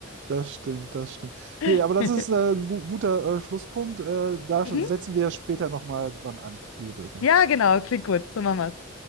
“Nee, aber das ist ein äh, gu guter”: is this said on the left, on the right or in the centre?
Right